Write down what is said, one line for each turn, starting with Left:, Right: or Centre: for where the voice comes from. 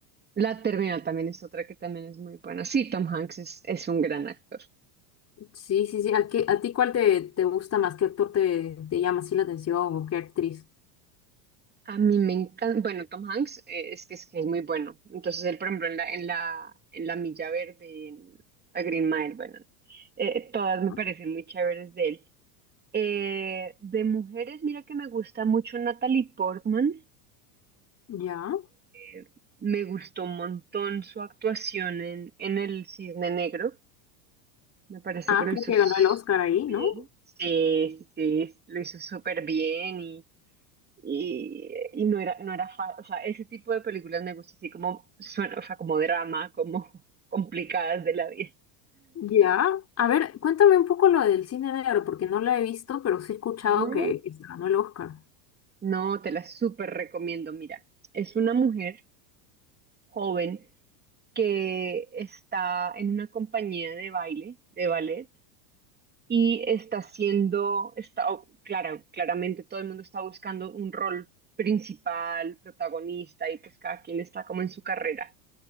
Right: La Terminal también es otra que también es muy buena. Sí, Tom Hanks es, es un gran actor.
Left: Sí, sí, sí. ¿A qué- a ti cuál te, te gusta más? ¿Qué actor te, te llama así la atención o qué actriz?
Right: A mí me encanta, bueno, Tom Hanks eh, es que es, que es muy bueno. Entonces él, por ejemplo, en la, en la, en la Milla Verde, en A Green Mile, bueno, eh, todas
Left: ¿No?
Right: me parecen muy chéveres de él. Eh, de mujeres, mira que me gusta mucho Natalie Portman.
Left: Ya.
Right: Eh, Me gustó un montón su actuación en, en El Cisne Negro. Me parece
Left: Ah,
Right: que lo
Left: creo
Right: hizo
Left: que
Right: s-
Left: ganó el Oscar ahí,
Right: bien.
Left: ¿no?
Right: Sí, sí, sí, sí, lo hizo súper bien y, y, y no era, no era fácil. O sea, ese tipo de películas me gusta así como suena, o sea, como drama, como <laughs> complicadas de la vida.
Left: Ya. A ver, cuéntame un poco lo del cine negro, porque no lo he visto, pero sí he escuchado
Right: No,
Left: que, que se ganó el Oscar.
Right: no, te la súper recomiendo. Mira, es una mujer joven que está en una compañía de baile, de ballet. y está siendo, está, claro, claramente todo el mundo está buscando un rol principal, protagonista, y pues cada quien está como en su carrera